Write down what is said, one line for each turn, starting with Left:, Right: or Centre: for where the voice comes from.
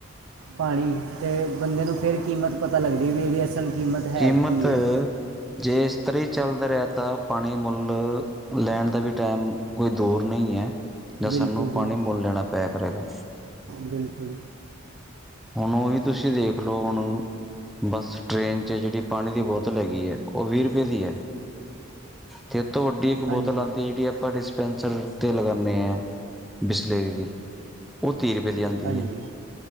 Right: ਪਾਣੀ ਤੇ ਬੰਦੇ ਨੂੰ ਫੇਰ ਕੀਮਤ ਪਤਾ ਲੱਗਦੀ ਵੀ ਇਹਦੀ ਅਸਲ ਕੀਮਤ ਹੈ
Centre: ਕੀਮਤ,
Right: ਕੀ ਹੈ
Centre: ਜੇ ਇਸ ਤਰੀ ਹੀ ਚੱਲਦਾ ਰਿਹਾ ਤਾਂ ਪਾਣੀ ਮੁੱਲ ਲੈਣ ਦਾ ਵੀ ਟਾਈਮ ਕੋਈ ਦੂਰ ਨਹੀਂ ਹੈ, ਜਾ
Right: ਬਿਲਕੁਲ
Centre: ਸਾਨੂੰ
Right: ਜੀ
Centre: ਪਾਣੀ ਮੁੱਲ ਲੈਣਾ ਪਿਆ ਕਰੇਗਾ।
Right: ਬਿਲਕੁਲ।
Centre: ਹੁਣ ਉਹੀ ਤੁਸੀਂ ਦੇਖ ਲਓ ਹੁਣ ਬੱਸ ਟ੍ਰੇਨ ਚ ਜਿਹੜੀ ਪਾਣੀ ਦੀ ਬੋਤਲ ਹੈਗੀ ਹੈ। ਉਹ ਵੀਹ ਰੁਪਏ ਦੀ ਐ, ਤੇ ਤੁਹਾਡੀ ਇੱਕ
Right: ਹਾਂਜੀ
Centre: ਬੋਤਲ ਆਂਦੀ ਹੈ ਜਿਹੜੀ ਆਪਾਂ ਡਿਸਪੈਂਸਰ ਤੇ ਓਹ ਲਗਾਣੇ ਆ, ਬਸਲੇਰੀ ਦੀ ਉਹ ਤੀਹ ਰੁਪਏ ਦੀ ਆਂਦੀ
Right: ਹਾਂਜੀ
Centre: ਹੈ।